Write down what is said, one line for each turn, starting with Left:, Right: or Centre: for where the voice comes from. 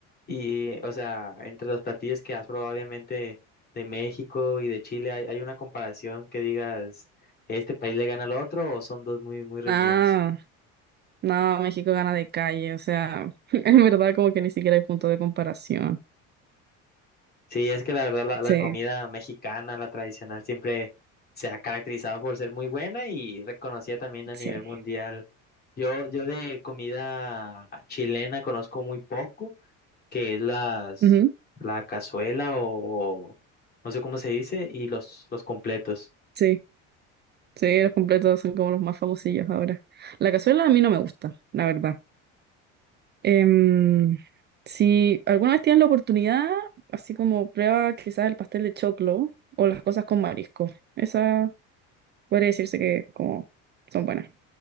Left: Y, o sea, entre los platillos que has probado, obviamente, de México y de Chile, ¿hay, hay una comparación que digas, este país le gana al otro o son dos muy, muy reñidos?
Right: Ah, no, México gana de calle, o sea, <laughs> en verdad como que ni siquiera hay punto de comparación.
Left: Sí, es que la verdad, la, la
Right: Sí,
Left: comida mexicana, la tradicional, siempre se ha caracterizado por ser muy buena y reconocida también a
Right: sí.
Left: nivel mundial. Yo, yo de comida chilena conozco muy poco. que es las,
Right: Ujú,
Left: la cazuela o no sé cómo se dice, y los, los completos.
Right: sí. Sí, los completos son como los más famosillos ahora. La cazuela a mí no me gusta, la verdad. Em, si alguna vez tienes la oportunidad, así como prueba quizás el pastel de choclo o las cosas con marisco. Esa podría decirse que como son buenas.